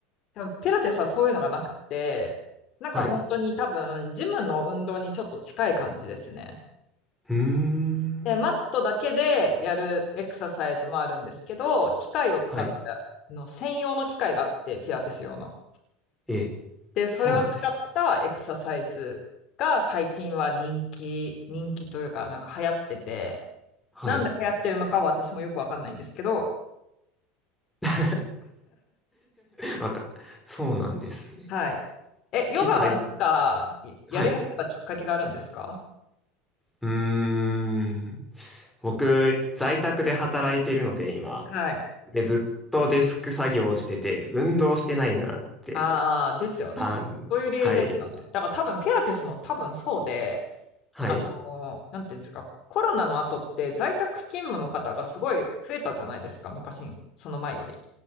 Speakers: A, on the left (about 35°); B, in the centre.
A: でもピラティスはそういうのがなくて、なんか本当に多分ジムの運動にちょっと近い感じですね。
B: はい。うーん。
A: で、マットだけでやるエクササイズもあるんですけど、機械を使った、
B: はい。
A: あの専用の機械があって、ピラティス用の。
B: ええ、
A: で、それを使ったエクササイズが最近は人気、
B: そうなんですか。
A: 人気というか、なんか流行ってて、
B: はい。
A: なんで流行ってるのかは私もよくわかんないんですけど、
B: <laughs> わか、そうなんですね。
A: そうはい。え、ヨガはなんか、
B: 機械、
A: ややり始めたきっかけがあるんですか
B: はい。うーん。僕、在宅で働いてるので、今。
A: はい。
B: で、ずっとデスク作業をしてて、運動してないなって。
A: ああ、ですよね。
B: あ、
A: そういう理由ですよね。
B: はい。
A: だから多分ピラティスも多分そうで、
B: はい。
A: あのー、なんていうんですか、コロナの後って在宅勤務の方がすごい増えたじゃないですか、昔、その前より。